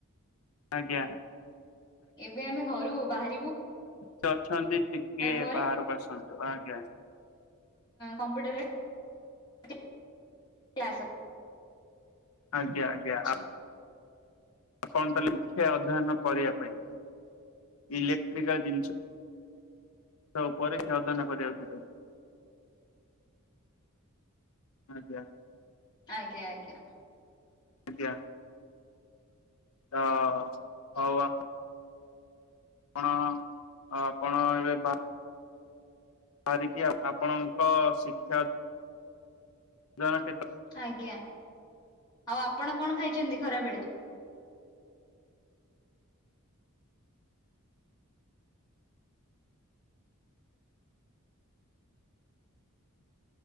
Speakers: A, on the left; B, on the left.
A: ଆଜ୍ଞା।
B: ଏବେ ଆମେ ଘରୁ ବାହାର।
A: ସେ ଅଛନ୍ତି ଟିକେ
B: ପରେ
A: ବାହାରକୁ ଆସନ୍ତୁ, ଆଜ୍ଞା।
B: କମ୍ପ୍ୟୁଟରେ--ଚ କ୍ଲାସ୍ -ହବ <inaudible>
A: ଆଜ୍ଞା ଆଜ୍ଞା
B: ଅଛି
A: ଆ। ଆପଣ ତ ଲେଖେ ଅଧ୍ୟୟନ କରିବା ପାଇଁ ଇଲେକ୍ଟ୍ରିକାଲ୍ ଜିନିଷ। ତ ପରୀକ୍ଷା ଅଧ୍ୟୟନ କରିବାକୁ। ଆଜ୍ଞା।
B: ଆଜ୍ଞା ଆଜ୍ଞା।
A: ଆଜ୍ଞା ତ ହୋଉ ଆପ। ଆପଣ ଆପଣ ଏବେ ବା। ସାରିକି ଆପଣଙ୍କ ଶିକ୍ଷା। ଦନ କେତ <inaudible>
B: ଆଜ୍ଞା ଆଉ ଆପଣ କଣ ଖାଇଛନ୍ତି ଖରାବେଳେ?